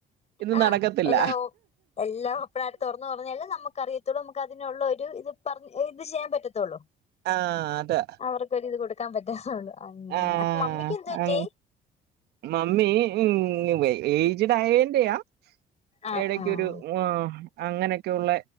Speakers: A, on the right; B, on the left.
A: ഇത്
B: ആഹ്
A: നടക്കത്തില്ല
B: ഹലൊ എല്ലാ ഓപ്പണായിട്ട് തൊറന്ന് പറഞ്ഞാല് നമുക്കറിയ ദ് നമുക്കതിനുള്ള ഒരു ഇത് പറഞ്ഞ് ഇത് ചെയ്യാൻ പറ്റത്തുള്ളൂ
A: ആഹ് അതാ
B: അവർക്കൊരുത് കൊടുക്കാൻ പറ്റാ അങ്ങനെ
A: ആഹ്
B: അപ്പ മമ്മിക്ക് എന്തു പറ്റീ
A: അങ് മമ്മി ഉം ഏജ്ഡ് ആയന്റെയാ
B: ആഹ്
A: എടയ്ക്കൊരു
B: ആഹ്
A: ആഹ് അങ്ങനെയൊക്കെയ ഉള്ള